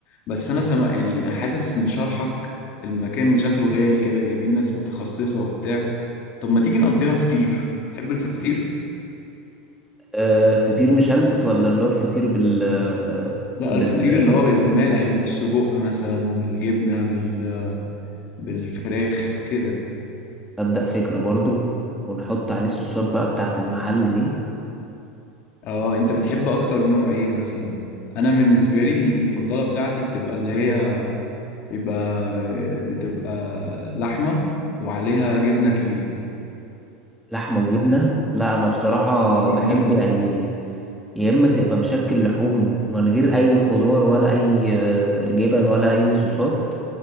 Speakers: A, on the left; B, in the centre.
A: بس انا سمع يعني حاسس من شرحك المكان شكله غالي كده جايبين ناس متخصصة وبتاع طب ما تيجي نقضيها فطير تحب الفطير
B: آه، فطير مشلتت ولا اللي هو الفطير بال
A: لا
B: بال
A: الفطير اللي هو بيبقى المالح اللي بالسجق مثلا بالجبنة بال بالفراخ كده
B: ابدا فكرة برضو ونحط عليه الصوصات بقى بتاعت المحل دي
A: اه انت بتحب اكتر نوع ايه مثلا انا بالنسبه لي المفضله بتاعتي بتبقى اللي هي بيبقى بتبقى لحمه وعليها جبنه كيري
B: لحمة وجبنة لا أنا بصراحة
A: اه دي
B: بحب
A: جميله
B: يعني يا إما تبقى مشكل لحوم من غير أي خضار ولا أي آه، جبن ولا أي صوصات